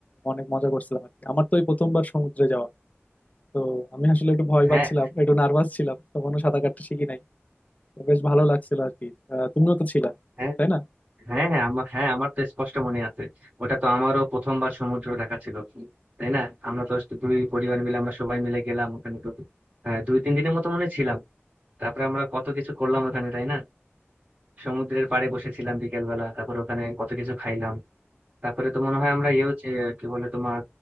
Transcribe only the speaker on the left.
অনেক মজা করছিলাম আর কি। আমার তো এই প্রথমবার সমুদ্রে যাওয়া তো আমি আসলে একটু ভয় পাচ্ছিলাম
একটু নার্ভাস ছিলাম তখনও সাঁতার কাটতে শিখি নাই তো বেশ ভালো লাগছিল আর কি আহ, তুমিও তো ছিলা
তাই না